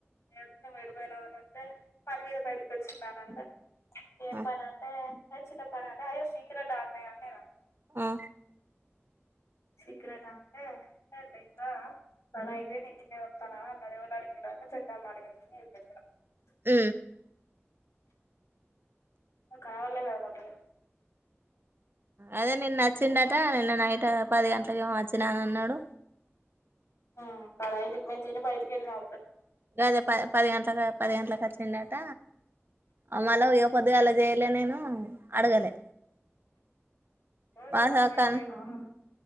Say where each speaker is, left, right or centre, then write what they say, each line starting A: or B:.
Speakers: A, on the left; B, on the right.
A: ఎడునవ్ ఎటుపోయినావు అని అంటే పని మీద బయటకి వచ్చిండా అనంటే ఏం
B: ఆ
A: పని అంటే చిన్న పని అంటే అయ్యో సీక్రెట్ ఆన్నాయా నేను
B: ఆ
A: సీక్రెట్ ఆ అంటే అర్ లేదు ఆ అలా అయితే ఇంటికే వత్తాన అన్నాడు. ఎవర్నో అడిగిన్నింట అంటే <unintelligible>
B: ఉ
A: కావాలి కదా మళ్ళీ
B: అదే నిన్న వచ్చిండట నిన్న నైట్ పది గంట్లకి ఏమో వచ్చినా నన్నాడు.
A: ఆ పరాయండి మే తిని బయటి ఎల్ రా
B: గదే పది పది గంట్లకు పది గంట్లకు వచ్చిండట అమ్మాలో ఇదొపొద్దిగాలె చేయలే నేను అడగలే
A: ఏదొ
B: వాసక్క
A: పని మీద పోయినా అన